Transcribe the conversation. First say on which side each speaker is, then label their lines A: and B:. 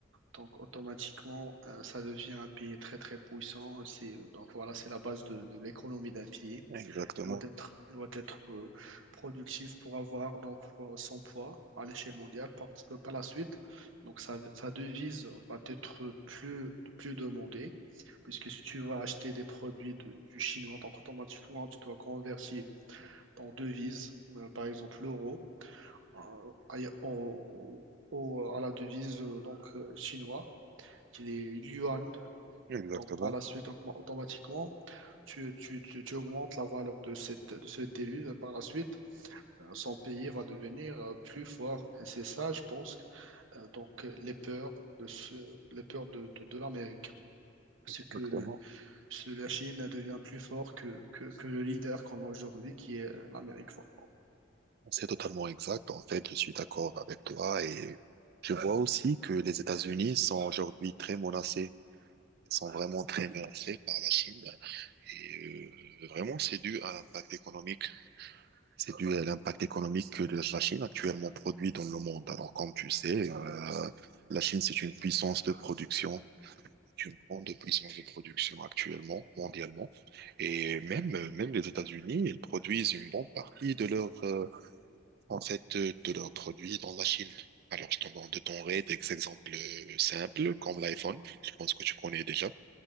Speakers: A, on the right (about 80°); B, on the right (about 50°).
A: donc automatiquement, euh, ça devient un pays très, très puissant. C'est, donc voilà, c'est la base de, de l'économie d'un pays.
B: exactement,
A: Il doit être, il doit être euh, productif pour avoir donc euh, son poids à l'échelle mondiale parce que par la suite, donc sa, sa devise va être plus, plus demandée puisque si tu vas acheter des produits de- du chinois, donc automatiquement tu dois convertir ton devise, euh, par exemple l'euro, euh, à, au- au- à la devise euh, donc euh, chinois qui est yuan.
B: exactement,
A: Donc par la suite, automa- automatiquement tu, tu, tu, tu augmentes la valeur de cette, de cette devise et par la suite, euh, son pays va devenir euh, plus fort. Et c'est ça, je pense, euh, donc euh, les peurs de ce- les peurs de, de, de l'Amérique. C'est
B: exactement.
A: que le, ce- la Chine devient plus fort que, que, que le leader qu'on a aujourd'hui, qui est euh, l'Amérique forte.
B: C'est totalement exact. En fait, je suis d'accord avec toi et je vois aussi que les États-Unis sont aujourd'hui très menacés. Ils sont vraiment très menacés par la Chine. Et euh, vraiment, c'est dû à l'impact économique. C'est dû à l'impact économique que la la Chine actuellement produit dans le monde. Alors, comme tu sais, euh, la Chine, c'est une puissance de production. c'est Une grande puissance de production actuellement, mondialement. Et même, euh, même les États-Unis, ils produisent une bonne partie de leur euh, en fait, euh, de leurs produits dans la Chine. Alors, je t'en donne des exemples euh, simples, comme l'iPhone, je pense que tu connais déjà,